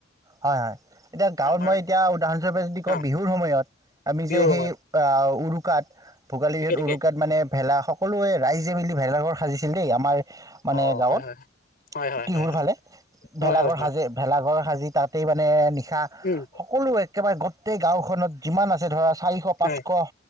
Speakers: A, on the right; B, on the left.
A: হয় হয়। এতিয়া গাঁৱত
B: আমাৰ
A: মই এতিয়া উদাহৰণস্বৰূপে যদি কওঁ
B: অ
A: বিহুৰ সময়ত আমি
B: বিহুৰ
A: যে সেই
B: সময়ত
A: অ' উৰুকাত, ভোগালীত
B: ঠিকে ঠিকে
A: উৰুকাত মানে ভেলা সকলোৱে ৰাইজে মেলি ভেলাঘৰ সাজিছিল দেই। আমাৰ মানে
B: অ
A: গাঁৱত,
B: হয় হয় হয় হয়
A: টিহুৰ
B: হয়
A: ফালে
B: হয়
A: ভেলাঘৰ
B: হয় হয় হয়
A: সাজে, ভেলাঘৰ সাজি তাত <unintelligible> মানে নিশা
B: উম
A: সকলো একেবাৰে গটেই গাঁওখনত যিমান আছে ধৰা চাৰিশ, পাঁচশ,
B: হয়